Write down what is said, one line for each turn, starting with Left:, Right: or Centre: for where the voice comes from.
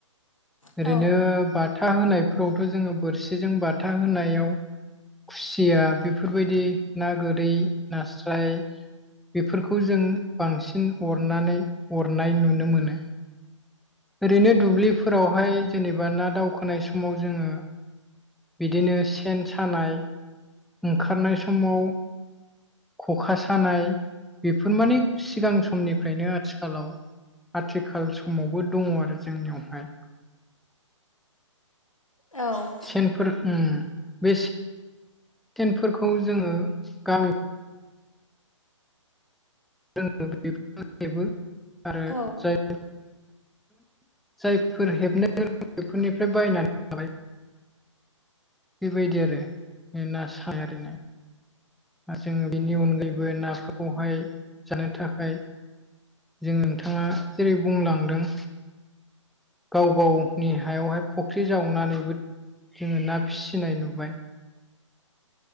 Centre: ओरैनो
Left: औ
Centre: बाथा होनायफ्रावथ' जोङो बोरसिजों बाथा होनायाव खुसिया बेफोरबायदि ना गोरै नास्राय बेफोरखौ जों बांसिन अरनानै अरनाय नुनो मोनो। ओरैनो दुब्लिफोरावहाय जेनेबा ना दावखोनाय समाव जोङो बिदिनो सेन सानाय ओंखारनाय समाव खखा सानाय बेफोर माने सिगां समनिफ्रायनो आथिखालाव आथिखाल समाव बो दङ आरो जोंनियावहाय।
Left: औ।
Centre: सेनफोर उम बे‌ टेनफोरखौ जोङो गामि <inaudible> आरो
Left: औ
Centre: जाय <inaudible> बेफोरनिफ्राय बायनानै लाबाय बेबायदि आरो <unintelligible> आरो जोङो बेनि अनगायैबो नाफोरखौहाय जानो थाखाय जों नोंथाङा जेरै बुंलांदों गाव गावनि हायावहाय फुख्रि जावनानैबो जोङो ना फिसिनाय नुबाय।